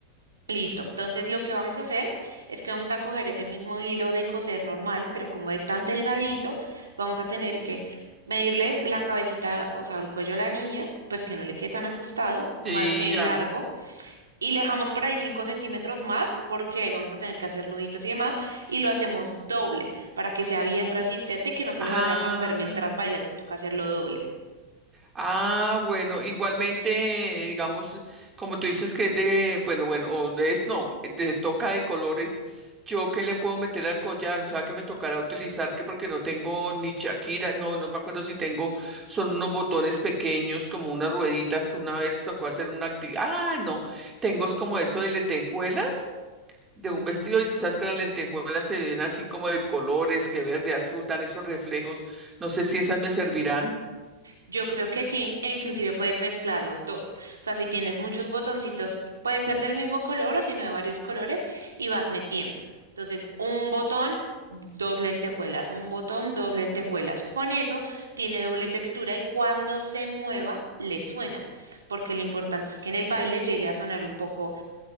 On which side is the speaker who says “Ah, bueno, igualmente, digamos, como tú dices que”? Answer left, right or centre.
Right